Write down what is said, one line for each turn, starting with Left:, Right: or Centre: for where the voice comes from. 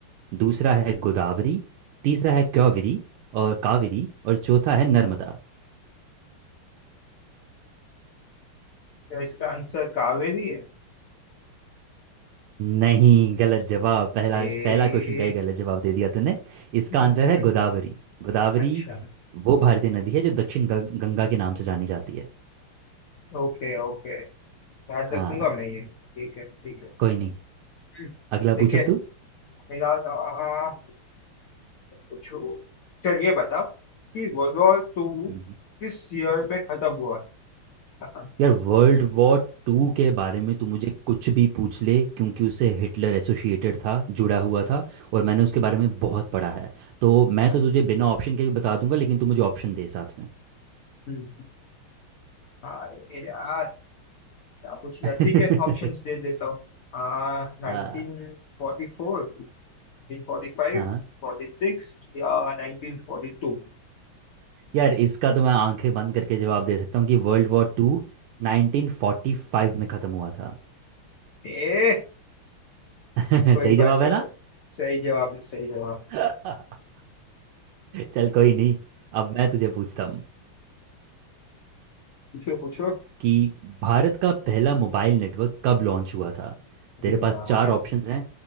Right: दूसरा है गोदावरी तीसरा है क्योवरी और कावेरी और चौथा है नर्मदा
Left: क्या इसका आंसर कावेरी है
Right: नहीं गलत जवाब पहला
Left: ए
Right: पहला क्वेश्चन का ही गलत जवाब दे दिया तूने इसका
Left: हम्म,
Right: आंसर है गोदावरी गोदावरी
Left: अच्छा
Right: वो भारतीय नदी है जो दक्षिण गं- गंगा के नाम से जानी जाती है
Left: Okay okay याद
Right: हाँ
Left: रखूंगा मैं ये ठीक है ठीक है
Right: कोई नहीं
Left: हम्म,
Right: अगला
Left: ठीक
Right: पूछ
Left: है
Right: अब
Left: मेरा आ, पूछो चल ये बताओ कि वर्ल्ड वॉर टू
Right: तू
Left: किस ईयर में खत्म हुआ था
Right: यार वर्ल्ड वॉर टू के बारे में तू मुझे कुछ भी पूछ ले क्योंकि उसे हिटलर एसोसिएटेड था जुड़ा हुआ था और मैंने उसके बारे में बहुत पढ़ा है तो
Left: <laughs>
Right: मैं तो तुझे बिना ऑप्शन के भी बता दूंगा लेकिन तू मुझे ऑप्शन दे साथ में
Left: हम्म, अरे यार क्या पूछ लिया
Right: <laughs>
Left: ठीक है ऑप्शंस दे देता हूँ आ नाइनटीन
Right: हाँ
Left: फोर्टी फोर नाइनटीन फोर्टी फाइव
Right: हाँ
Left: फोर्टी सिक्स या नाइनटीन फोर्टी टू
Right: यार इसका तो मैं आंखें बंद करके जवाब दे सकता हूँ कि वर्ल्ड वॉर टू 1945 में ख़त्म हुआ था
Left: ए
Right: <laughs>
Left: कोई
Right: सही जवाब
Left: बात नहीं
Right: है ना
Left: कर सही जवाब सही जवाब
Right: <laughs> चल कोई नहीं अब मैं तुझे पूछता हूँ।
Left: पूछो पूछो
Right: कि भारत का पहला मोबाइल नेटवर्क कब लॉन्च हुआ था
Left: अरे
Right: तेरे
Left: यार
Right: पास चार ऑप्शंस हैं